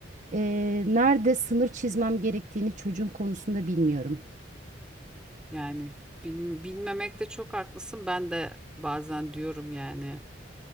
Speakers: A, on the right; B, in the centre.
A: e, nerede sınır çizmem gerektiğini çocuğun konusunda bilmiyorum.
B: Yani bil- bilmemekte çok haklısın. Ben de bazen diyorum yani